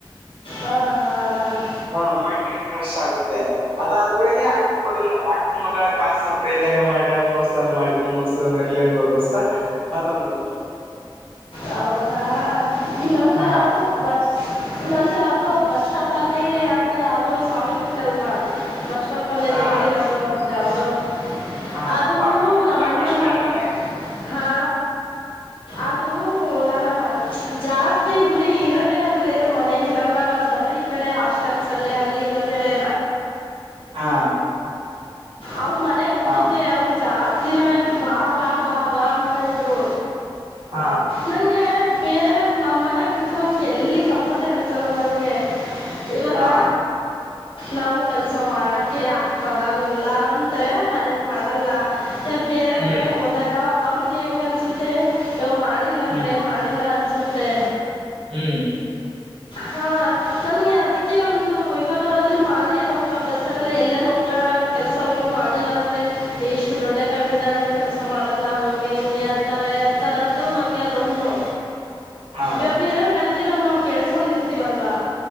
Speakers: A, on the left (about 70°); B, on the right (about 80°).
A: ಹಾ ಹಾ ಹ
B: ಹ ಮೈಂಡ್ ರಿಫ್ರೆಶ್ ಆಗುತ್ತೆ ಅದಾದೊಳಗೆ ಅಕ್ಕನ ಮ ಅಕ್ಕನ ಮಗಳ ಕಾಸ ಪ್ರೇತ್ ಮಾಡೇಳ ಮೋಸ ಸ ಮಾಡಿದ ಮೋಸ ಮೇರ್ಲೆಂಗಬೋದುಸ್ತ ಅದೊಂದು
A: ಹೌದಾ ಇನ್ನೊಂದು
B: ಹಾ
A: ಯಾವ್ದೋ ಬಸ್ ಇಂದ ಒಂದು ಅದು ಬಸ್ ಸ್ಟಾಪ್ ಅಲ್ಲಿ ಅಂತ ಯಾವ್ದೋ ಒಂದ್ ಸಾಂಗ್ ಇತ್ತಲ್ವಾ ಬಸ್ ಪಲ್ಲಿ
B: ಹಾ
A: ನಿಂತಿರೋದು ಅಂತ ಯದು
B: ಹಾ
A: ಅದು
B: ಬಾಗಲಕೋಟೆ
A: ಹ ನಮ್ಮಣ್ಣನ್
B: ಬಸ್ ಸ್ಟ್ಯಾಂಡ್ನಾಗ
A: ಮಗ ಹಾ ಅದು ನನ್ನ ಜಾಸ್ತಿ ಊರಿಗೆ ಇರದೇನಂದ್ರರು ಮನಗಿರ ಲ್ಲ ನಾನ್ ಬರ್ರಿ ಈ ಕಡೆ ಹಾಸ್ಟೆಲ್ಸ್ ಅಲ್ಲಿ ಅಲ್ಲಿ ಇರದ ಇರ ಇರ
B: ಹಾ
A: ಅವ್ರ ಮನೆಗ್ ಹೋಗಿದ್ದೆ
B: ಹಾ
A: ಅವರು ಜಾಸ್ತಿ ದಿನ ಆಯ್ತು ಬಾ ಬಾ ಬಾ ಬಾ ಅಂತ ಇದ್ರು
B: ಹಾ
A: ನಂಗೆ ಬೇರೆ ನಮ್ಮ್ ಮನೆಗ್ ಬಿಟ್ರೆ ನನ್ಗೆ ಎಲ್ಲಿ ಕಂಫರ್ಟ ಅನ್ಸಲ್ಲ ನಂಗೆ ಇವಾಗ
B: ಹಾ
A: ನಾವು ಕೆಲಸ ಮಾಡೋಕ್ಕೆ ಬರಲ್ಲ ಅಂದ್ರೆ ಮನೇಲಿ ಮಾಡಲ್ಲ ಬೇರೆ
B: ಹ್ಮ್
A: ಕಡೆ ಹೋದಾಗ ಅವ್ರಿಗೆ ಹೆಂಗ ಅನ್ಸುತ್ತೆ ಯ ಮಾಡಿಲ್ಲ ಅಂದ್ರೆ
B: ಹ್ಮ್
A: ಮಾಡಿಲ್ಲ ಅನ್ಸುತ್ತೆ
B: ಹ್ಮ್
A: ಹಾ ನನ್ಗೆ ಅದಕ್ಕೆ ಒಂದು ಇವಾಗ ಅಲ್ಲಿ ಮಾಡಿ ನಮ್ ಅಪಸ್ಸಿರಲ್ಲ ಎಲ್ಲನೂ ಆಗಣ ಇವ ಕೆಲಸ ಅವ್ರಿಗೆ ಮಾಡಿಲ್ಲ ಅಂದ್ರೆ ಇಷ್ಟು ದೊಡ್ಡಕ್ಕ ಆಗಿದ್ದಾಳೆ ಕೆಲ್ಸ ಮಾಡಲ್ಲ ಹಂಗೆ ಹಿಂಗೆ ಅಂತಾರೆ ಅಂತ ಅಂದು ನನ್ಗೆ ಅದೊಂದು
B: ಹಾ
A: ಇವಾಗ ಬೇರೆಯವ್ರಗ ಗಂದಜಿರೋರು ನಾವವು ಕೇಸ್ಕೊಂಡಿರ್ತೀವಲ್ವಾ